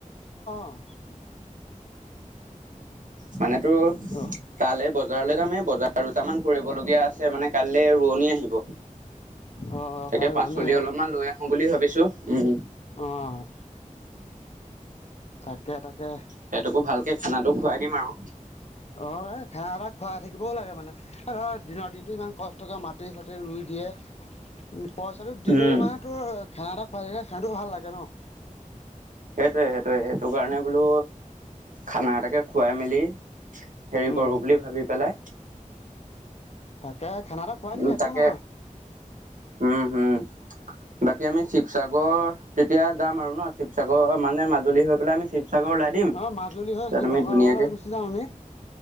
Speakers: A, on the left; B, on the right.
A: অ'।
B: মান তো
A: অঁ
B: তালে বজাৰলৈ যামেই বজাৰ দুটামান কৰিবলগীয়া আছে মানে কালি ৰোৱনি আহিব,
A: অঁ
B: তাকে
A: কাইলৈ
B: পাচলি
A: ৰোৱনী
B: অলপমান লৈ আহো বুলি ভাবিছো। উম
A: অ' তাকে তাকে।
B: সিহঁতকো ভালকে খানাটো খোৱাই দিম আৰু।
A: অ এ খেহা এটা খুৱাই থাকিবও লাগে মানে ধ দিনৰ দিনতটো ইমান কষ্টক মাটি চ তা ৰুই দিয়ে। উ পইচাটো দিলোও
B: উম।
A: মানে তোৰ খানা এটা খুৱাই থে খানটো ভাল লাগে ন।
B: সেইটোৱে সেইটয়ে সেইটো কাৰণে বোলো খানা এটাকে খুৱাই মেলি হেৰি
A: উম
B: কৰো বুলি ভাবি পেলাই
A: তাকে খানা এটা খুৱাই দিবি
B: উম
A: একো
B: তাকে
A: নহয়।
B: উম হম বাকী আমি শিৱসাগৰ তেতিয়া যাম আৰু ন শিৱসাগৰ মানে মাজুলী হৈ পেলাই আমি শিৱসাগৰ ওলাই দিম
A: অঁ মাজুলী হৈ
B: তাত
A: শিৱসাগৰলৈ
B: আমি ধুনীয়াকে
A: গুচি যাম আমি